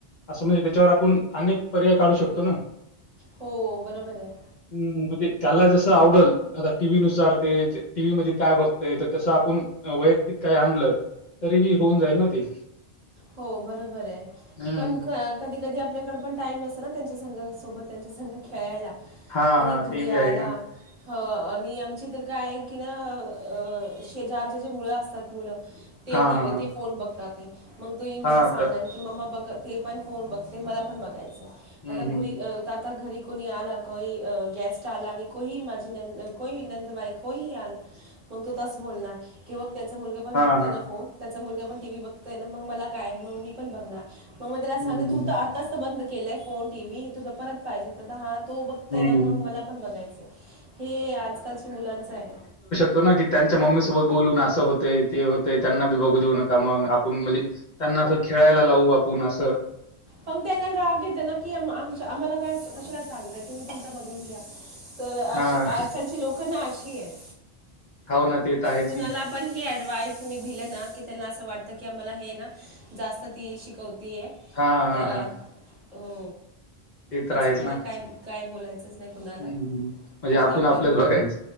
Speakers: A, on the left (about 50°); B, on the right (about 40°).
A: असं म्हणजे त्याच्यावर आपुण अनेक पर्याय काढू शकतो ना.
B: हों बरोबर आहे.
A: हुं म्हणजे त्याला जसं आवडल आता टी व्ही नुसार ते टी व्ही मध्ये काय बघतय तर तसं आपुण वैयक्तिक काय आणलं तरी बी होऊन जाईल ना ते.
B: हों बरोबरयं
A: हं.
B: पण खा कधी कधी आपल्याकड पण टाईम नसतं नां त्यांच्या संघ सोबत त्यांच्या संघ खेळायला
A: हां,
B: कोणी
A: हां.
B: घरी
A: ते बी
B: आला
A: आहे ना.
B: हं आणि आमची तर काय आहे की ना अं शेजारचे जे मुळं असतात मुळं ते
A: हां,
B: टी
A: हां, हां.
B: ते फोन बघतात ते. मग तुही
A: हां,
B: मला सांग
A: तर
B: की ममा बघ ते पण फोन बघते, मला पण बघायच.
A: हं,
B: आता घुरी
A: हं.
B: आता घरी कोणी आला, कोही गॅस्ट आला. नि कोही माझी नंद कोही नंदवाय कोही आल मग तू तस बोलणार. कि मग त्याचा मुलगा पण
A: हां,
B: बघतोय
A: हां.
B: ना फोन. त्याचा मुलगा पण टी व्ही बघतोय ना. मग मला काय, म मी पण बघणार. मग मी त्याला
A: हं,
B: सांगते
A: हं,
B: तू
A: हं.
B: तर आताच बंद केलय फोन टी व्ही. तुला परत पाहिजे तर हा तो बघ
A: हं,
B: ते ना मग
A: हं.
B: मला पण बघायच. हे आजकालची मुलांच आहे.
A: तो ना की त्यांच्या मम्मीसोबत बोलून अस होतय ते होतय. त्यांना बी बघू देऊ नका मग. आपण म्हणजे त्यांना अस खेळायला लावू. आपुण अस
B: मग त्यांना राग येतो ना की आम आम्हाला काय कशाला सांगतय. तुम्ही तुमचा बघून घ्या. तर अ
A: हां,
B: आजकालची लोक ना अशी आहेत.
A: हो ना, ते तर आहेच
B: कुणाला
A: की.
B: पण, ही ॲडवा्हाइस तुम्ही दिल ना की त्यांना अस वाटत की, आम्हाला हे ना जास्त ती शिकवतीय.
A: हां, हां,
B: तर
A: हां.
B: हो
A: ते तर
B: त्याचमुळे
A: आहेच
B: ना काय काय बोलायचच नाही कुणाला.
A: हं, हं. म्हणजे
B: फक्त
A: आपण
B: आपले
A: आपलंच बघायचं.